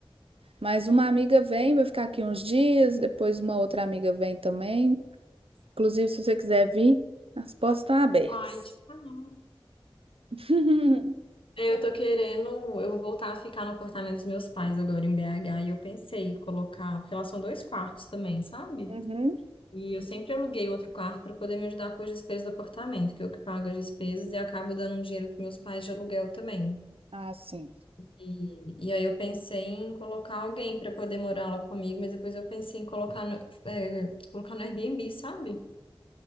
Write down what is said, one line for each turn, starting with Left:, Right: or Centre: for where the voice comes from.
Right: Mas uma amiga vem, vai ficar aqui uns dias, depois uma outra amiga vem também. Inclusive, se você quiser vir, as portas estão abertas.
Left: vai tipo, ah, não.
Right: <laughs>
Left: É, Eu tô querendo, eu vou voltar a ficar no apartamento dos meus pais agora em BH e eu pensei em colocar, porque lá são dois quartos também, sabe?
Right: Uhum.
Left: E eu sempre aluguei outro quarto para poder me ajudar com as despesas do apartamento, que eu que pago as despesas e acabo dando um dinheiro para meus pais de aluguel também.
Right: Ah, sim.
Left: E, e aí eu pensei em colocar alguém para poder morar lá comigo, mas depois eu pensei em colocar no, é, colocar no Airbnb, sabe?